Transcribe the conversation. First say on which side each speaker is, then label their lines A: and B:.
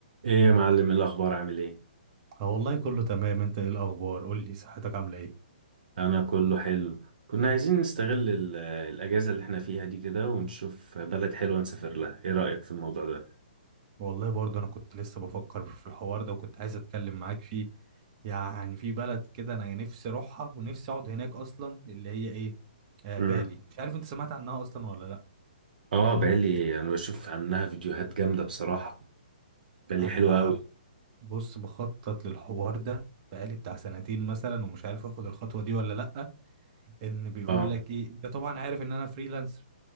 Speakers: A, on the right; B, on the right.
A: ايه يا معلم إيه الاخبار عامل ايه
B: اه والله كله تمام انت ايه الاخبار قول لي صحتك عامله ايه
A: انا كله حلو كنا عايزين نستغل ال- الاجازه اللي احنا فيها دي كده ونشوف بلد حلوه نسافر لها ايه رايك في الموضوع ده
B: والله برضه انا كنت لسه بفكر في الحوار ده وكنت عايز اتكلم معاك فيه يعني في بلد كده انا نفسي اروحها ونفسي اقعد هناك اصلا اللي هي ايه آه
A: امم
B: بالي مش عارف انت سمعت عنها اصلا ولا لا
A: اه بالي انا بشوف عنها فيديوهات جامده بصراحه بالي
B: انا
A: حلوه قوي
B: بص بخطط للحوار ده بقالي بتاع سنتين مثلا ومش عارف اخد الخطوه دي ولا لا ان بيقول
A: اه
B: لك ايه انت طبعا عارف ان انا فريلانسر